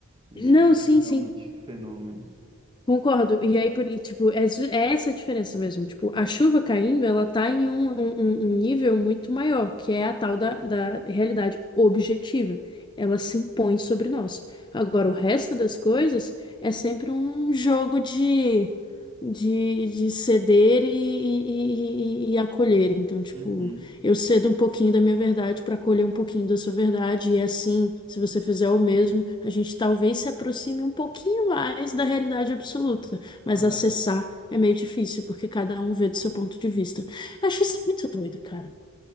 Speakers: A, on the right (about 25°); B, on the left (about 20°).
A: e
B: Não,
A: do que
B: sim,
A: realmente
B: sim,
A: fenômenos.
B: concordo. E aí, por- e, tipo, é, ju- é essa a diferença mesmo. Tipo, a chuva caindo, ela tá em um, um, um- um nível muito maior, que é a tal da, da realidade objetiva. Ela se impõe sobre nós. Agora, o resto das coisas é sempre um jogo de. De, de ceder e, e, e, e e acolher. Então, tipo,
A: Uhum.
B: Eu cedo um pouquinho da minha verdade para colher um pouquinho da sua verdade, e é assim, se você fizer o mesmo, a gente talvez se aproxime um pouquinho mais da realidade absoluta, mas
A: Ah,
B: acessar é meio difícil, porque cada um vê do seu ponto de vista. Acho isso muito doido, cara.